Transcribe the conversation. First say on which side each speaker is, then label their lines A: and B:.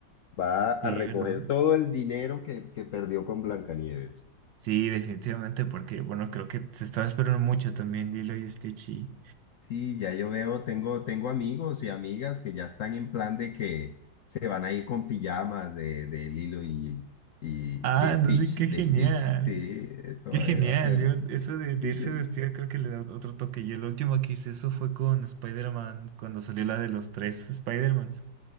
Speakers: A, on the left; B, on the right.
A: va a
B: Sí,
A: recoger
B: ¿verdad?
A: todo el dinero que, que perdió con Blancanieves.
B: Sí, definitivamente, porque bueno, creo que se estaba esperando mucho también Lilo y Stitch. y-
A: Sí, ya yo veo, tengo, tengo amigos y amigas que ya están en plan de que se van a ir con pijamas de, de Lilo y, y
B: Ah,
A: de Stitch,
B: no sé, qué
A: de
B: genial.
A: Stitch. Sí, esto
B: Qué
A: va
B: genial.
A: a ser.
B: Yo, eso de,
A: dice,
B: de irse vestido creo que le da otro toque. Yo lo último que hice eso fue con Spider-Man, cuando salió la de los tres Spider-Mans.